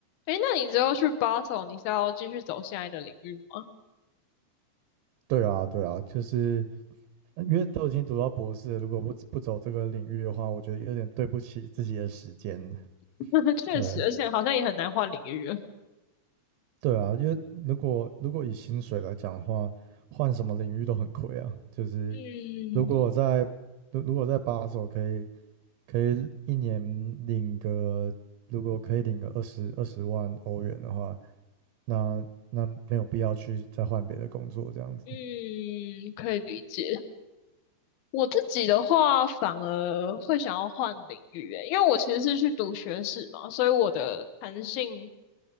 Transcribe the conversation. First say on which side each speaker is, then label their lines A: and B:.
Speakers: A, on the left (about 65°); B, on the right (about 75°).
A: 诶，那你之后去 Basel，你是要继续走现在的领域吗？
B: 对啊，对啊，就是呃因为都已经读到博士了如果不不走这个领域的话，我觉得有点对不起自己的时间。
A: <laughs> 确实，
B: 对，
A: 而且好像也很难换领域了。
B: 对啊，因为如果如果以薪水来讲的话，换什么领域都很亏啊。就是
A: 嗯
B: 如果我在如如果在把手可以可以一年领个，如果可以领个二十二十万欧元的话，那那没有必要去再换别的工作这样子，
A: 嗯，可以理解。我自己的话，反而会想要换领域，诶，因为我其实是去读学士嘛，所以我的弹性